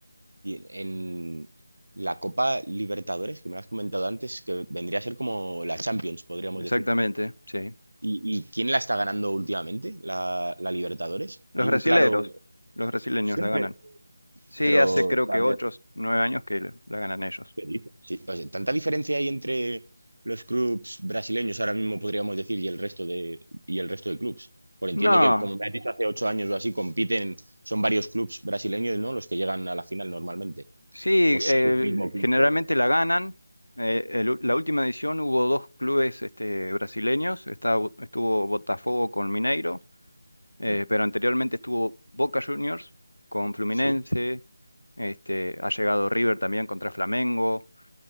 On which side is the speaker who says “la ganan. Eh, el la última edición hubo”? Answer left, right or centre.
Left